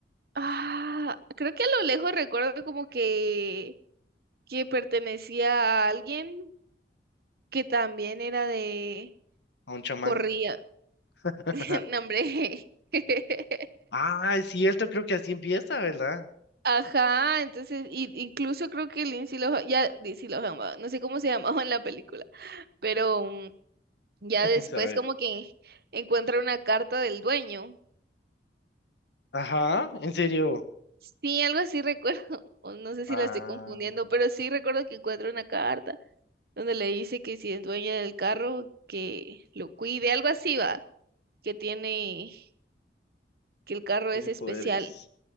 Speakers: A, on the right (about 60°); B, on the left (about 75°).
A: Ah, creo que a lo lejos recuerdo como que, que pertenecía a alguien que también era de...
B: A un chamán.
A: Corría.
B: <laughs>
A: <laughs> No, hombre. <laughs>
B: Ah, es cierto, creo que así empieza, ¿verdad?
A: Ajá, entonces, y- incluso creo que Lindsay Lohan, ya Lindsay Lohan, va, no sé cómo se <laughs> llamaba en la película, pero mm, ya
B: <laughs> A
A: después
B: ver.
A: como que encuentra una carta del dueño.
B: Ajá, en serio.
A: Sí, algo así recuerdo, <laughs> o no sé
B: Ah,
A: si la estoy confundiendo, pero sí recuerdo que encuentra una carta donde le dice que si es dueña del carro, que lo cuide, algo así va, que tiene, que el carro
B: tiene
A: es especial.
B: poderes.